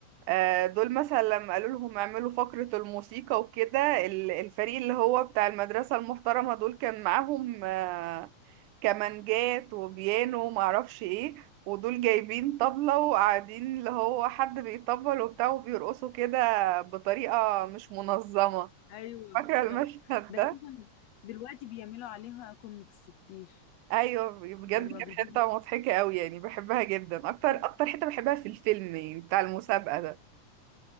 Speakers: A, on the right; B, on the left.
A: آه، دول مثلا لما قالوا لهم اعملوا فقرة الموسيقى وكده ال- الفريق اللي هو بتاع المدرسة المحترمة دول كان معاهم آه، كمانجات وبيانو ومعرفش ايه ودول جايبين طبلة وقاعدين اللي هو حد بيطبل وبتاع وبيرقصوا كده بطريقة مش منظمة
B: ايوه
A: فاكرة
B: بالظبط
A: المشهد
B: ده
A: ده
B: أساساً دلوقتي بيعملوا عليها كوميكس كتير
A: ايوه بجد
B: لما
A: كانت
B: بيجيبوا
A: حته مضحكه قوي يعني بحبها جدا اكتر
B: <laughs>
A: اكتر حته بحبها في الفيلم يعني بتاع المسابقه ده